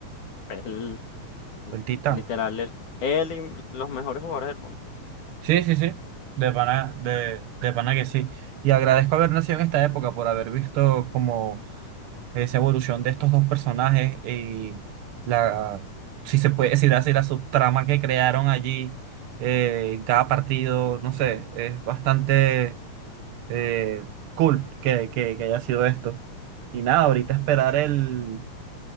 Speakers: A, on the left; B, on the right.
A: es L-
B: el titán.
A: Literal, él, él y m- los mejores jugadores del mundo.
B: Sí, sí, sí. De pana, de, de pana que sí. Y agradezco haber nacido en esta época por haber visto como eh, esa evolución de estos dos personajes y la, si se puede decir así, la subtrama que crearon allí eh, en cada partido, no sé, es bastante eh, cool que, que, que haya sido esto. Y nada, ahorita esperar el,